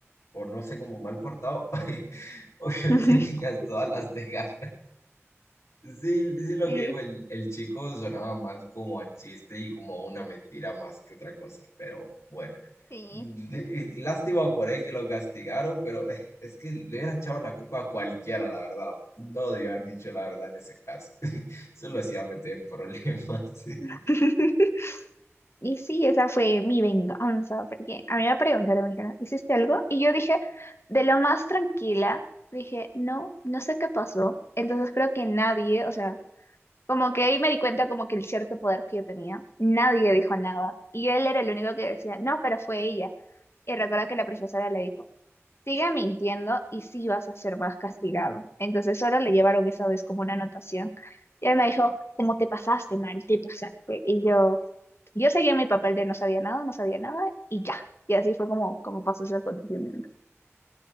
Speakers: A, on the left; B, on the left.
A: o no sé, como mal portado, <laughs> obvio
B: <laughs>
A: tenías todas las de ganas. Sí, sí, lo
B: Sí.
A: que dijo el, el chico sonaba más como a chiste y como a una mentira más que otra cosa, pero bueno,
B: Sí.
A: L- lástima por él que lo castigaron, pero <laughs> eh, es que le hubiera echado la culpa a cualquiera, la verdad, no debió haber dicho la verdad en ese caso, <laughs> eso lo hacía meter en problemas. <laughs>
B: <laughs> Y sí, esa fue mi venganza, porque a mí me preguntaron, me dijeron, ¿hiciste algo? Y yo dije, de lo más tranquila, dije, no, no sé qué pasó. Entonces creo que nadie, o sea, como que ahí me di cuenta como que el cierto poder que yo tenía, nadie dijo nada. Y él era el único que decía, no, pero fue ella. Y recuerdo que la profesora le dijo, sigue mintiendo y sí vas a ser más castigado. Entonces solo le llevaron esa vez como una anotación. Y él me dijo, ¿cómo te pasaste, Mari? Te pasaste. Y yo... Yo seguía en mi papel de no sabía nada, no sabía nada y ya. Y así fue como, como pasó ese acontecimiento.